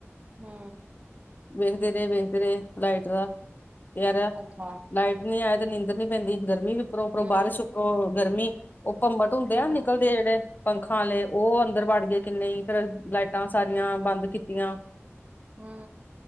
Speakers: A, on the right; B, on the left.
A: ਹੂੰ।
B: ਵੇਖਦੇ ਰਹੇ- ਵੇਖਦੇ ਰਹੇ ਲਾਈਟ ਦਾ। ਪੇਆ ਰਿਹਾ
A: ਅੱਛਾ
B: ਲਾਈਟ। ਨੀ ਆਏ ਤੇ ਨੀਂਦਰ ਨੀ ਪੈਂਦੀ, ਗਰਮੀ ਵੀ ਉਪਰੋ- ਉਪਰੋ
A: ਹੂੰ
B: ਬਾਰਿਸ਼, ਉਪਰੋ ਗਰਮੀ, ਉਹ ਭੰਬਟ ਹੁੰਦੇ
A: ਹੂੰ
B: ਆ ਨਿਕਲਦੇ ਆ ਜਿਹੜੇ। ਪੰਖਾਂ ਆਲੇ ਉਹ ਅੰਦਰ ਵੜ ਗਏ ਕਿੰਨੇ ਹੀ। ਫੇਰ ਲਾਈਟਾਂ ਸਾਰੀਆਂ ਬੰਦ ਕੀਤੀਆਂ।
A: ਹੂੰ।